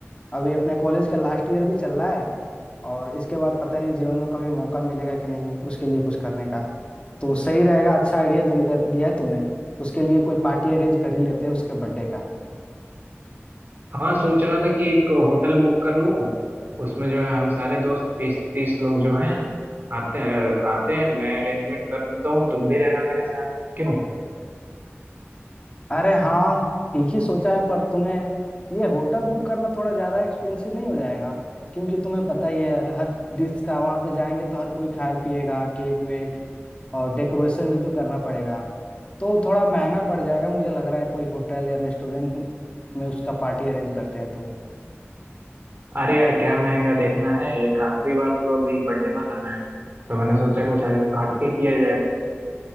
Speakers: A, on the left (about 25°); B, on the right (about 45°).
A: अभी अपने कॉलेज का लास्ट ईयर भी चल रहा है और इसके बाद पता नहीं जीवन में कभी मौका मिलेगा कि नहीं उसके लिए कुछ करने का तो सही रहेगा अच्छा आइडिया दिया दिया है तुमने उसके लिए कोई पार्टी अरेंज कर ही लेते हैं उसके बर्थडे का
B: हाँ सोच रहा था कि एक होटल बुक कर लूँ उसमें जो है हम सारे दोस्त बीस तीस लोग जो हैं आते हैं आते हैं मैं अरेंजमेंट कर लेता हूँ तुम भी रहना मेरे साथ क्यों
A: अरे हाँ ठीक ही सोचा है पर तुम्हें ये होटल बुक करना थोड़ा ज्यादा एक्सपेंसिव नहीं हो जाएगा क्योंकि तुम्हें पता ही है हर डिश का वहां पे जाएंगे तो हर कोई खाए पिएगा केक वेक और डेकोरेशन भी तो करना पड़ेगा तो थोड़ा महंगा पड़ जाएगा मुझे लग रहा है कोई होटल या रेस्टोरेंट में उसका पार्टी अरेंज करते हैं तो
B: अरे यार क्या महंगा देखना है एक आखिरी बार तो अभी बर्थडे मनाना है तो मैंने सोचा कुछ हट- हटके किया जाए